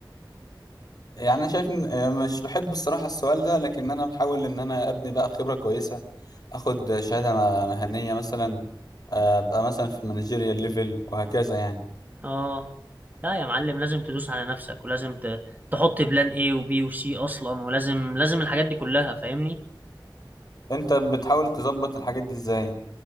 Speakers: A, on the left (about 50°); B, on the right (about 20°).
A: يعني انا شايف إن- آه، مش بحب الصراحه السؤال ده لكن انا بحاول ان انا ابني بقى خبره كويسه اخد شهاده م- مهنيه مثلا آه، ابقى مثلا في مانجيريال ليفل وهكذا يعني
B: اه لا يا معلم لازم تدوس على نفسك ولازم ت- تحط بلان ايه وبي وسي اصلا ولازم لازم الحاجات دي كلها فاهمني
A: انت بتحاول تظبط الحاجات دي ازاي